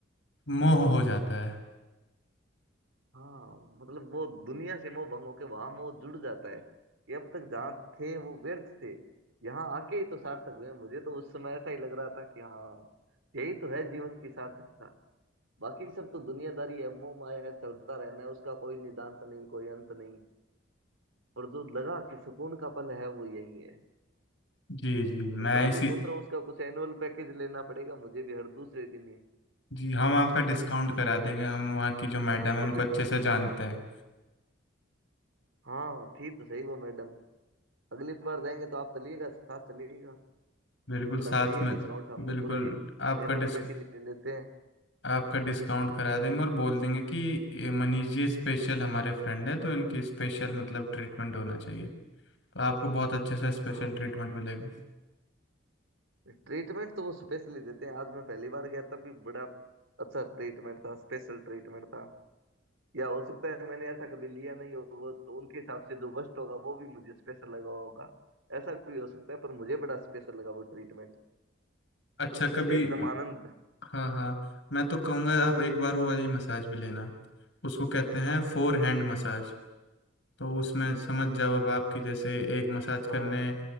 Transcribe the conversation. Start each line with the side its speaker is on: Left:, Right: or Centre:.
Left: मोह हो जाता है
Right: हाँ मतलब वो दुनिया से मोह भंग होके वहां मोह जुड़ जाता है कि अब तक जहाँ थे वो व्यर्थ थे यहाँ आके ही तो सार्थक हुए मुझे तो उस समय ऐसा ही लग रहा था कि हाँ यही तो है जीवन की सार्थकता बाकी सब तो दुनियादारी है मोह माया है चलता रहना है उसका कोई निदान्त नहीं कोई अंत नहीं और जो लगा कि सुकून का पल है वो यही है
Left: जी जी मैं
Right: मतलब मैं
Left: इसी
Right: भी सोच रहा हूँ उसका कुछ एनुअल पैकेज लेना पड़ेगा मुझे भी हर दूसरे दिन ही
Left: जी हम आपका डिस्काउंट करा देंगे हम वहाँ की जो मैडम
Right: अरे
Left: है उनको
Right: बिल्कुल
Left: अच्छे से
Right: बिल्कुल
Left: जानते हैं
Right: हाँ थी तो सही वो मैडम अगली बार जाएंगे तो आप चलिएगा साथ चलिएगा
Left: बिल्कुल
Right: थोड़ा
Left: साथ
Right: कराइए
Left: में
Right: डिस्काउंट हम
Left: बिल्कुल
Right: भी पूरा
Left: आपका
Right: एनुअल
Left: डिस
Right: पैकेज ले लेते हैं
Left: आपका डिस्काउंट करा देंगे और बोल देंगे कि ये मनीष जी स्पेशल हमारे फ्रेंड है तो इनकी स्पेशल मतलब ट्रीटमेंट होना चाहिए तो आपको बहुत अच्छे से स्पेशल
Right: हाँ
Left: ट्रीटमेंट
Right: बिल्कुल
Left: मिलेगा
Right: ट्रीटमेंट तो वो स्पेशली देते हैं आज मैं पहली बार गया तब भी बड़ा अच्छा ट्रीटमेंट था स्पेशल ट्रीटमेंट था या हो सकता है मैंने ऐसा कभी लिया नहीं होगा तो उनके हिसाब से जो वर्स्ट होगा वो भी मुझे स्पेशल लगा होगा ऐसा भी हो सकता है पर मुझे बड़ा स्पेशल लगा वो ट्रीटमेंट
Left: अच्छा
Right: मतलब
Left: कभी
Right: एकदम आनंद
Left: हाँ हाँ मैं तो कहूँगा आप एक बार वो वाली मसाज भी लेना उसको कहते हैं फोर हैंड मसाज तो उसमें समझ जाओ अब आपकी जैसे एक मसाज
Right: हाँ
Left: करने